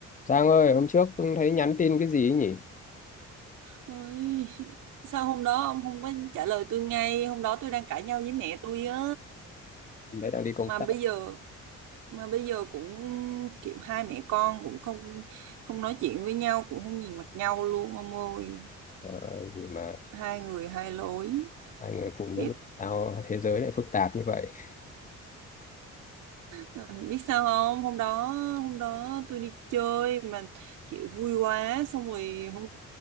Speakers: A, on the left; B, on the right.
A: Giang ơi, hôm trước thấy nhắn tin cái gì ấy nhỉ?
B: Ôi, <laughs> sao hôm đó ông không có trả lời tôi ngay, hôm đó tôi đang cãi nhau với mẹ tôi á.
A: Đấy đang đi công
B: Mà
A: tác.
B: bây giờ mà bây giờ cũng kiểu hai mẹ con cũng không không nói chuyện với nhau, cũng không nhìn mặt nhau luôn ông ơi.
A: Trời ơi, gì mà
B: Hai người hai lối.
A: hai người phụ nữ
B: Mẹ
A: sao thế giới lại phức tạp như vậy?
B: Ừ, biết sao không hôm đó hôm đó tôi đi chơi mà kiểu vui quá xong rồi hôm